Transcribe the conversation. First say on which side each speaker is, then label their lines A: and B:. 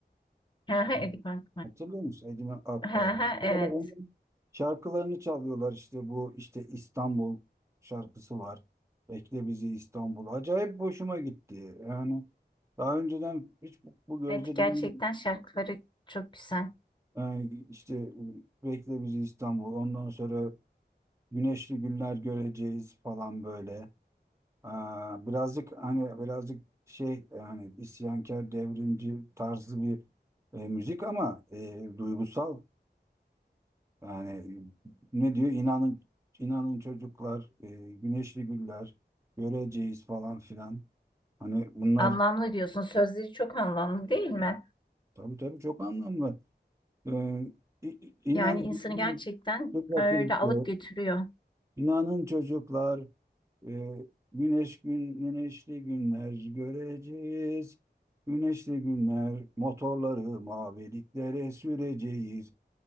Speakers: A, on the left; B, on the right.
A: <laughs> Aha, Eddie Van
B: Hatırlıyor musun Edime Akbayram?
A: Aha, evet.
B: Böyle onun şarkılarını çalıyorlar işte bu işte İstanbul şarkısı var. Bekle bizi İstanbul. Acayip hoşuma gitti. Yani daha önceden hiç bu, bu gözle
A: Evet gerçekten
B: dinlemedim.
A: şarkıları çok güzel.
B: Yani işte Bekle bizi İstanbul. Ondan sonra güneşli günler göreceğiz falan böyle. Aa, birazcık hani birazcık şey yani isyankar devrimci tarzı bir e, müzik ama e, duygusal. Yani ne diyor? İnanın inanın çocuklar, e, güneşli güller göreceğiz falan filan. Hani bunlar
A: Anlamlı diyorsun. Sözleri çok anlamlı değil mi?
B: tabii tabii çok anlamlı. Ee, i- i- inan
A: Yani insanı gerçekten
B: dur bakayım.
A: öyle alıp
B: diyor.
A: götürüyor.
B: İnanın çocuklar, e, güneş gün güneşli günler göreceğiz. Güneşli günler motorları maviliklere süreceğiz.